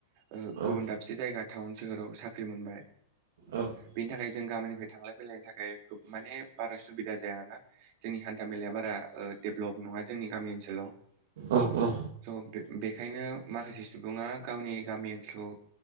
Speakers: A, on the right; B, on the right.
A: ओ
B: औ
A: गुबुन दाबसे जायगा टाउन सोहोराव साख्रि मोनबाय
B: औ
A: बेनि थाखाय जों गामिनिफ्राय थांलाय फैलायनि थाखाय माने बारा सुबिदा जाया ना। जोंनि हान्था मेलाया बारा भ्लब नङा जोंनि गामि ओनसोलाव
B: औ औ।
A: स' बेखायनो माखासे सुबुङा गावनि गामि ओनसोलखौ